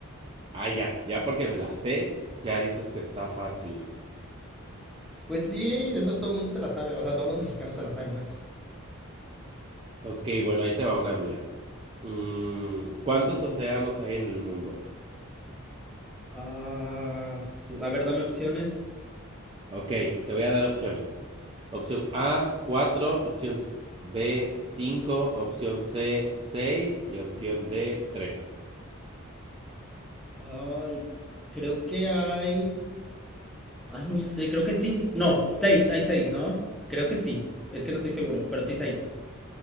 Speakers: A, on the right; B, in the centre.
A: Ah, ya, ya porque me la sé, ya dices que está fácil.
B: Pues sí, eso todo el mundo se la sabe. O sea, todos los mexicanos se la saben, pues.
A: Ok, bueno, ahí te va una mía. Mm, ¿cuántos océanos hay en el mundo?
B: Ah, su- a ver, dame opciones.
A: Ok, te voy a dar opciones. Opción A, cuatro opción B, cinco opción C, seis y opción D, tres
B: Ay, creo que hay. Ay, no sé, creo que cinco. No, seis, hay seis, ¿no? Creo que sí. Es que no estoy seguro, pero sí seis.